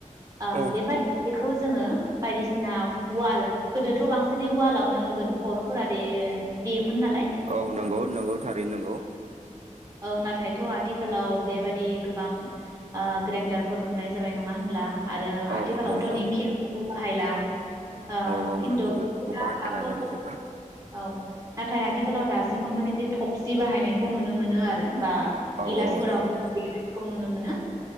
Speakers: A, on the right (about 25°); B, on the right (about 60°).
A: ओ
B: औ
A: बे बारि बेखौ जोङो बायदिसिना वाल गोदोथ' बांसिनै वालावनो गोदो बरफ फुरा दे देयोमोन नालाय
B: औ नंगौ नंगौ थारैनो नंगौ
A: औ नाथायथ आथिखालाव बेबादि गोबां ओ ग्रेडारफोर मोननाय जाबाय नङा होनब्ला आरो
B: औ
A: आथिखालावथ
B: औ नंगौ
A: दिंखियाखौबो बाहायला ओ
B: औ औ
A: खिन्थु
B: नंगौ बेफोरखौ
A: दा
B: बाहायला
A: दाबो
B: दानि जुगाव
A: औ नाथाय आथिखालाव दासिमबो माने बे थफसि बाहायनायखौ नुनो मोनो आरो बा
B: औ
A: गिलासफोरावनो
B: औ नंगौ
A: देनायखो नुनो मोनो